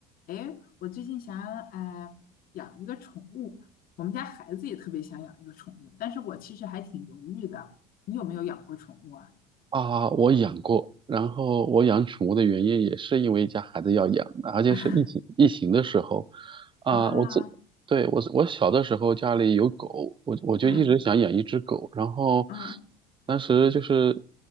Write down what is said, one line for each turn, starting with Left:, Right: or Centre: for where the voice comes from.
Left: 诶，我最近想呃养一个宠物，我们家孩子也特别想养一个宠物，但是我其实还挺犹豫的。你有没有养过宠物啊？
Right: 啊，我养过，然后我养宠物的原因也是因为家孩子要养，而且是疫情疫情的时候，
Left: <laughs>
Right: 啊，
Left: 啊，
Right: 我自对我我小的时候家里有狗，我我就一直想养一只狗，
Left: 嗯
Right: 然后
Left: 嗯，
Right: 当时就是